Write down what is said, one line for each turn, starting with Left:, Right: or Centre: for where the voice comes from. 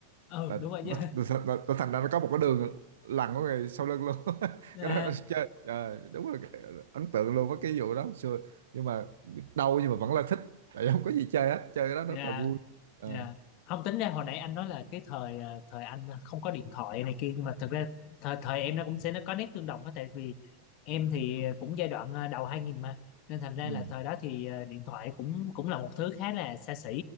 Left: ừ
Right: là
Left: đúng rồi
Right: nó,
Left: chứ
Right: nó, nó, thành ra nó có một cái đường lằn của người sau lưng luôn <laughs>
Left: <laughs> à,
Right: cái đó chơi trời, đúng là cái- ấn tượng luôn với cái vụ đó xưa nhưng mà biết đâu nhưng mà vẫn là thích tại không có gì chơi hết chơi cái đó rất
Left: dạ
Right: là vui Ờ,
Left: dạ không tính ra hồi nãy anh nói là cái thời à, thời anh không có điện thoại này kia nhưng mà thực ra thời thời em nó cũng sẽ nó có nét tương đồng á tại vì em thì cũng giai đoạn ờ, đầu 2000 mà nên thành ra
Right: ừ.
Left: là thời đó thì ờ, điện thoại cũng cũng là một thứ khá là xa xỉ